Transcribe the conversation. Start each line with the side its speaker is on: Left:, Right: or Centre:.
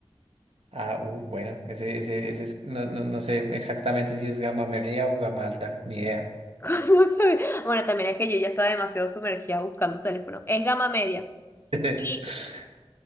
Right: Ah, uh, bueno, ese, ese, ese es, no, no, no sé exactamente si es gama media o gama alta, ni idea.
Left: <laughs> No sé. Bueno, también es que yo ya estaba demasiado sumergida buscando teléfono. Es gama media.
Right: <laughs>
Left: Y,